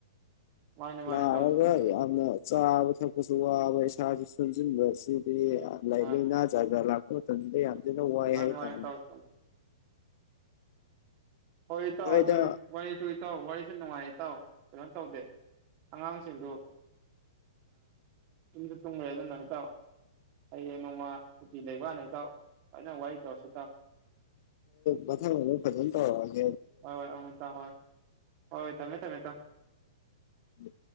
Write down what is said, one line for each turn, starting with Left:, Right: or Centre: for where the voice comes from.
Right: ꯃꯥꯅꯤ ꯃꯥꯅꯤ
Left: ꯅꯥꯔꯒ
Right: ꯏꯇꯥꯎ ꯆꯨꯝꯃꯤ ꯆꯨꯝꯃꯤ
Left: ꯌꯥꯝꯅ ꯆꯥꯕ ꯊꯛꯄꯁꯨ ꯋꯥꯕ ꯏꯁꯥꯁꯨ ꯁꯣꯟꯖꯤꯟꯕ ꯁꯤꯗꯤ
Right: ꯎꯝ
Left: ꯂꯥꯏꯅꯥ
Right: ꯃꯥꯅꯤ
Left: ꯖꯥꯠꯖꯥꯠ ꯂꯥꯛꯄ ꯃꯇꯝꯗ ꯌꯥꯝ ꯊꯤꯅ ꯋꯥꯏ
Right: ꯃꯥꯅꯤ
Left: ꯍꯥꯏ ꯇꯥꯔꯦ
Right: ꯃꯥꯅꯤ ꯏꯇꯥꯎ ꯆꯨꯝꯃꯤ ꯍꯣꯏ ꯏꯇꯥꯎ
Left: ꯍꯣꯏꯗ
Right: ꯑꯗꯨꯅꯤ ꯋꯥꯔꯤꯁꯨ ꯏꯇꯥꯎ ꯋꯥꯔꯤꯁꯨ ꯅꯨꯡꯉꯥꯏꯔꯤ ꯏꯇꯎ ꯀꯩꯅꯣ ꯇꯧꯗꯦ ꯑꯉꯥꯡꯁꯤꯡꯗꯨ ꯇꯨꯝꯖꯨ ꯇꯨꯝꯈ꯭ꯔꯦ ꯑꯗꯨꯝꯅ ꯏꯇꯥꯎ ꯍꯌꯦꯡ ꯅꯣꯡꯃ ꯁꯨꯇꯤ ꯂꯩꯕꯀꯥꯟꯗ ꯏꯇꯥꯎ ꯐꯖꯅ ꯋꯥꯔꯤ ꯇꯧꯔꯁꯤ ꯇꯥꯎ
Left: ꯃꯊꯪ ꯑꯃꯨꯛ ꯐꯖꯅ ꯇꯧꯔꯛꯑ
Right: ꯍꯣꯏ ꯍꯣꯏ ꯎꯝ ꯏꯇꯥꯎ ꯍꯣꯏ ꯍꯣꯏ ꯊꯃꯦ ꯊꯝꯃꯦ ꯏꯇꯥꯎ
Left: ꯎꯝ